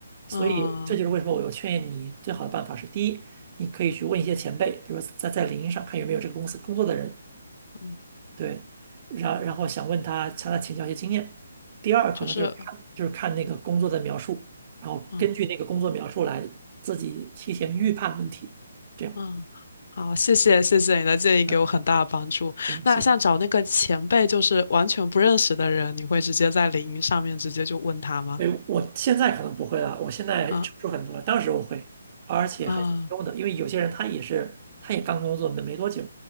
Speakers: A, on the right (about 25°); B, on the left (about 45°).
A: 所以这就是为什么我有劝你最好的办法是：
B: 嗯
A: 第一，你可以去问一些前辈，比如说在在领英上看有没有这个公司工作的人，
B: 嗯，
A: 对，然然后想问他向他请教一些经验。第二，
B: 就是，
A: 可能就是看就是看那个工作的描述，然后根据那个工作描述来自己提前预判问题，
B: 嗯
A: 这样。
B: 嗯，好，谢谢谢谢你的建议，给我很大的帮助。
A: 嗯行行，
B: 那像找那个前辈，就是完全不认识的人，你会直接在领英上面直接就问他吗？
A: 对，我现在可能不会了，我现在成熟很多了，
B: 啊
A: 当时我会，而且还挺有用的，
B: 啊
A: 因为有些人他也是他也刚工作没没多久，